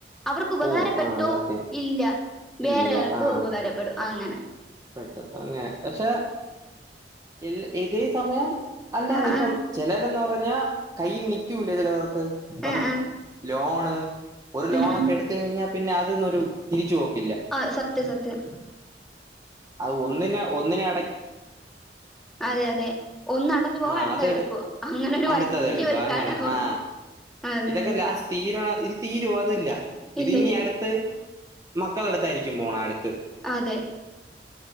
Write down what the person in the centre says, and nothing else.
അവർക്ക് ഉപകാരപ്പെട്ടോ
ഇല്ല വേറെയാൾക്ക്
ഉപകാരപ്പെടും അങ്ങനെ
ആഹ്
ആഹ്
ആഹ് ആഹ്
ഉം
ഉം
ആഹ് സത്യം സത്യം
അതെ അതെ ഒന്ന് അടഞ്ഞു പോവാ
അടുത്ത
എടുക്കൂ അങ്ങനെ ഒരു
വലിയൊരു
കടം ആകും
അതെ
അതെ
ഇല്ല ഇല്ല
അതെ